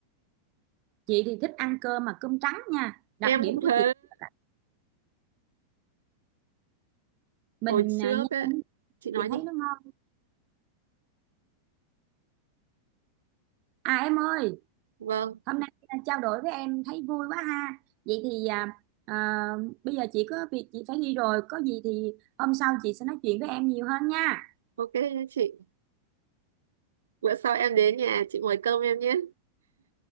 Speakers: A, on the right; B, on the right.
A: chị thì thích ăn cơm mà cơm trắng nha đặc
B: Em
A: điểm
B: cũng
A: của
B: thế,
A: chị là mình
B: hồi trước
A: à, nhem,
B: ấy chị nói
A: chị
B: đi
A: thấy nó ngon à em ơi
B: vâng
A: hôm nay à, trao đổi với em thấy vui quá ha vậy thì à, à, bây giờ chị có việc chị phải đi rồi có gì thì hôm sau chị sẽ nói chuyện với em nhiều hơn nha
B: ok nhé chị bữa sau em đến nhà chị mời cơm em nhé